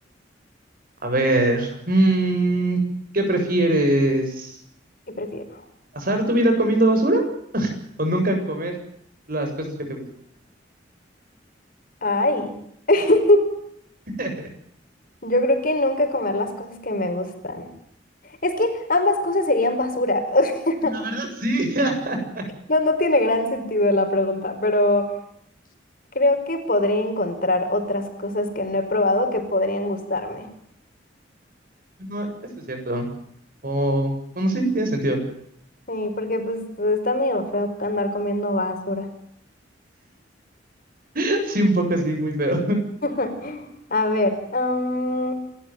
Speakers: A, on the right; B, on the left.
A: A ver, mm, ¿qué prefieres?
B: ¿Qué prefiero?
A: ¿Pasar tu vida comiendo basura? o nunca comer las cosas que te gustan.
B: Ay. <laughs>
A: <laughs>
B: Yo creo que nunca comer las cosas que me gustan. Es que ambas cosas serían basura. <laughs>
A: La verdad, sí. <laughs>
B: No, no tiene gran sentido la pregunta, pero... Creo que podría encontrar otras cosas que no he probado que podrían gustarme.
A: No, eso es cierto. O, bueno, sí, tiene sentido.
B: Sí, porque pues está medio feo andar comiendo basura.
A: <laughs> Sí, un poco así, muy feo. <laughs>
B: <laughs> A ver, mm,